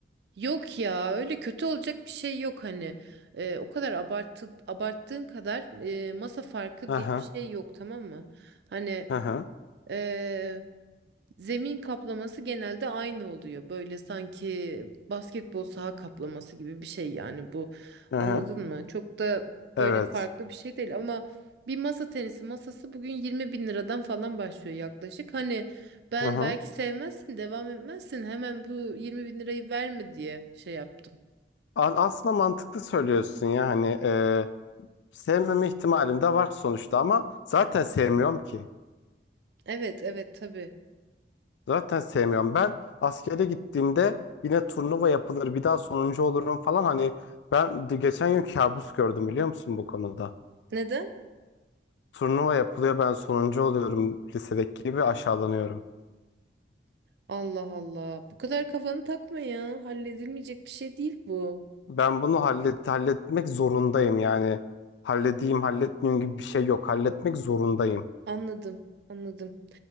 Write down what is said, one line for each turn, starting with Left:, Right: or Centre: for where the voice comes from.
Right: Yok ya öyle kötü olacak bir şey yok hani Ee, o kadar abartı, abarttığın kadar e, masa farkı diye
Left: Aha,
Right: bir şey yok tamam mı? Hani
Left: aha,
Right: e, zemin kaplaması genelde aynı oluyor böyle sanki basketbol saha kaplaması gibi bir şey yani bu
Left: aha.
Right: anladın mı? Çok da
Left: Evet.
Right: öyle farklı bir şey değil ama bir masa tenisi masası bugün 20 bin liradan falan başlıyor yaklaşık hani ben
Left: Aha.
Right: belki sevmezsin devam etmezsin hemen bu 20 bin lirayı verme diye şey yaptım.
Left: A- Aslında mantıklı söylüyorsun ya hani e, sevmeme ihtimalim de var sonuçta ama zaten sevmiyorum ki.
Right: Evet evet tabii.
Left: Zaten sevmiyorum. Ben askere gittiğimde yine turnuva yapılır bir daha sonuncu olurum falan hani ben de geçen gün kabus gördüm biliyor musun bu konuda.
Right: Neden?
Left: Turnuva yapılıyor ben sonuncu oluyorum lisedeki gibi aşağılanıyorum.
Right: Allah Allah. Bu kadar kafanı takma ya. Halledilmeyecek bir şey değil bu.
Left: Ben bunu hallet halletmek zorundayım yani. Halledeyim halletmeyeyim gibi bir şey yok. Halletmek zorundayım.
Right: Anladım, anladım.